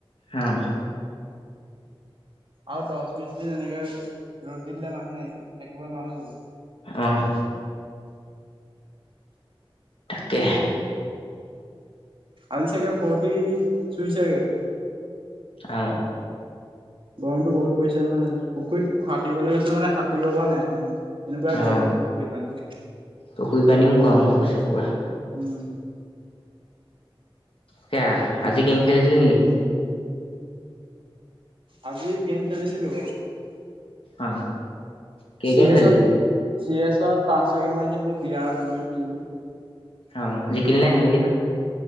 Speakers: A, on the left; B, on the right.
A: উম।
B: আৰু দশ বিশ দিন এনেকে। ৰ'দ দি দিলে মানুহে থাকিব নুৱা হৈ যাব।
A: অহ তাকে।
B: আজি চাগে ফৰটি চুই চেগে।
A: অঁ।
B: গৰমতটো বহুত পৰিছে নহয় আজি পুখুৰীত সাঁতুৰিবলে গৈছিলো মানে সাঁতুৰিব পৰা নাই। এনেকুৱাই
A: অ'।
B: গৰম পুখুৰী পানী।
A: পুখুৰী পানীও গৰম হৈ গৈছে পুৰা।
B: উম।
A: সেয়া আজি গেম খেলিছিলি নেকি?
B: আজি গেম খেলিছিলো।
A: অ কে
B: চি
A: গেম
B: এছত
A: খালিলি।
B: চি এছত পাঁচ শৈ গেম মান খেলিলো বিয়াৰ্ত দুগেম খেলিলো।
A: অ জিকিলি নে হাৰিলি বা?